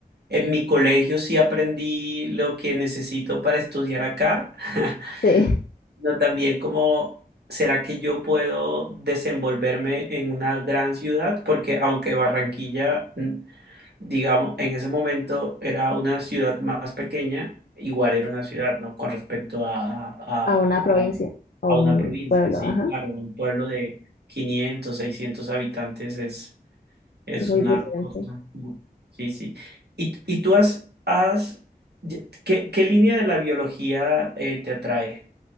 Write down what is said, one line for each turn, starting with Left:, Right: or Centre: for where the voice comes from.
Right: en mi colegio sí aprendí lo que necesito para estudiar acá, <laughs>
Left: sí,
Right: sino también como, ¿será que yo puedo desenvolverme en una gran ciudad? Porque aunque Barranquilla mm, digamos, en ese momento era una ciudad más pequeña, igual era una ciudad, ¿no? Con respecto a, a,
Left: a una provincia
Right: a,
Left: o
Right: a
Left: un
Right: una provincia,
Left: pueblo,
Right: sí,
Left: ajá,
Right: claro, un pueblo de 500 600 habitantes es, es
Left: es muy
Right: una
Left: diferente.
Right: cosa, mu- sí, sí. ¿Y, y tú has, has ya- ¿qué, qué línea de la biología eh, te atrae?